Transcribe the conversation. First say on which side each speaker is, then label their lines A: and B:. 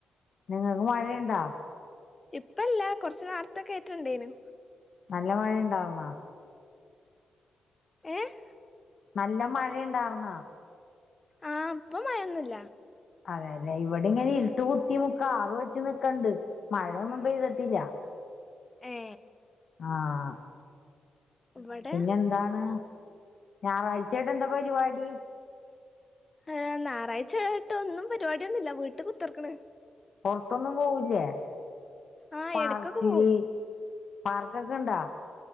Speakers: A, on the left; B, on the left.
A: നിങ്ങൾക്ക് മഴയുണ്ടാ
B: ഇപ്പല്ല കുറച്ച് നാർത്തൊക്കെ ആയിട്ട് ഉണ്ടേയ്നു
A: നല്ല മഴയുണ്ടാർന്നാ
B: ഏഹ്
A: നല്ല മഴയുണ്ടായിർന്നാ
B: ആഹ് ഇപ്പൊ മയൊന്നുല്ല
A: അതെയല്ലേ ഇവിടെ ഇങ്ങനെ ഇരുട്ട് കുത്തി മുക്ക കാറ് വെച്ചു നിക്കണ്ട് മഴൊന്നും
B: ആ
A: പെയ്തിട്ടില്ല
B: ഏ
A: ആഹ്
B: ഇവിടെ
A: പിന്നെന്താണ് ഞായറാഴ്ചായിട്ട് എന്താ പരിപാടി
B: ഏഹ് ഞായറാഴ്ച്ചായിട്ട് ഒന്നും പരിപാടിയൊന്നുല്ല വീട്ട് കുത്തർക്കണ്
A: പൊർത്തൊന്നും പോവുല്ലേ
B: ആ
A: പാർക്കില്
B: എടക്കൊക്കെ പോവും
A: പാർക്കൊക്കെ ഉണ്ടാ